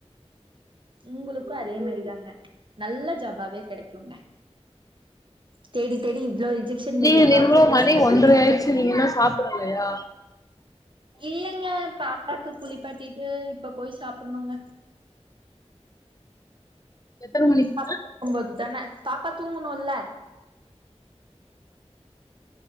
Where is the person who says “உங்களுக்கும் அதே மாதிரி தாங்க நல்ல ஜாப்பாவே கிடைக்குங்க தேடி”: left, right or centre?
Right